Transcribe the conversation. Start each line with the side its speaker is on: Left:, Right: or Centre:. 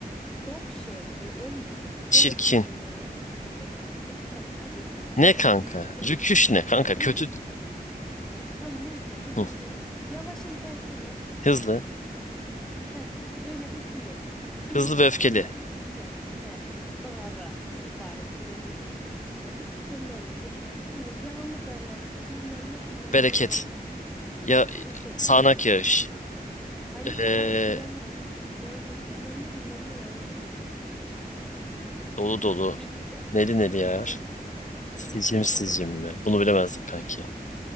Centre: Çok şey. Hani olmamış. Çok
Left: Çirkin.
Centre: eee, kötü. Ya of hayır ya.
Left: Ne
Centre: Rüküş.
Left: kanka?
Centre: Gıcık.
Left: Rüküş ne kanka?
Centre: Rüküş.
Left: Kötü.
Centre: Tam neyse bir
Left: Hı.
Centre: tane var. Yavaşın tersi ne?
Left: Hızlı.
Centre: Heh, bir, öyle bir film. Film
Left: Hızlı
Centre: var
Left: ve öfkeli.
Centre: böyle bir sürü serisi var. Heh, doğru. İyi bari bunu bildik. Heh, bir, bir de bunu anlatayım. Şimdi yağmur derler bilmem ne bilmem
Left: Bereket.
Centre: ne yağıyor.
Left: Ya
Centre: Bu şey
Left: sağanak
Centre: ikileme.
Left: yağış.
Centre: Hayır
Left: Ee,
Centre: ya ikileme. Yağmur bilmem ne bilmem ne yağıyor.
Left: dolu
Centre: Tamam
Left: dolu.
Centre: bitti.
Left: Neli neli yağar.
Centre: Sicim sicim Allah
Left: Sicim
Centre: seni
Left: sicim
Centre: ya.
Left: mi? Bunu bilemezdim kanki.